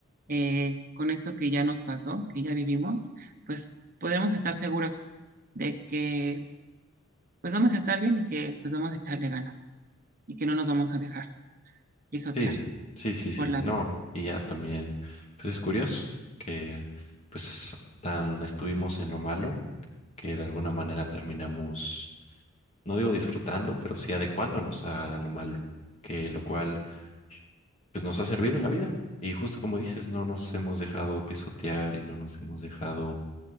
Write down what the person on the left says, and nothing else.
Sí, sí, sí, sí,
no,
y ya también, pues es curioso que pues es- tan estuvimos en lo malo que de alguna manera terminamos, no digo disfrutando, pero sí adecuándonos a lo malo, que lo cual pues nos ha servido en la vida. Y justo como dices, no nos hemos dejado pisotear y no nos hemos dejado